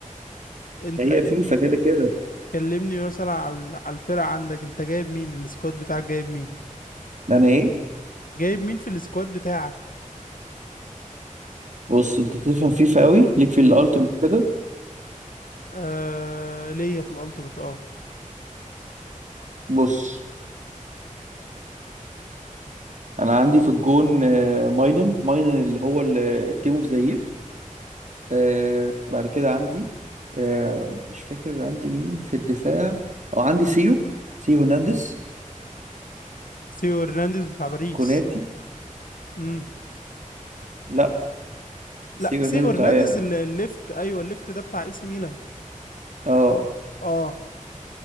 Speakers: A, on the left (about 80°); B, on the right (about 60°).
A: انت
B: هي
A: انت
B: فيفا كده كده
A: كلمني مثلا على على الفرقة عندك انت جايب مين السكواد بتاعك جايب مين
B: أنا إيه
A: جايب مين في السكواد بتاعك
B: بص أنت بتفهم فيفا أوي ليك في الألتيميت كده
A: آه ليا في الالتيميت اه
B: بص أنا عندي في الجون آه، ماينن ماينن اللي هو ال- التيم أوف ذا يير آه بعد كده عندي آه مش فاكر عندي مين في الدفاع اه عندي سيو سيو هرنانديز
A: سيو هرنانديز بتاع باريس
B: وكوناتي
A: امم
B: لا
A: لا
B: سيو
A: سيو
B: هرنانديز
A: هرنانديز
B: بتاع
A: ال- الليفت ايوه الليفت ده بتاع اي سي ميلان
B: اه
A: اه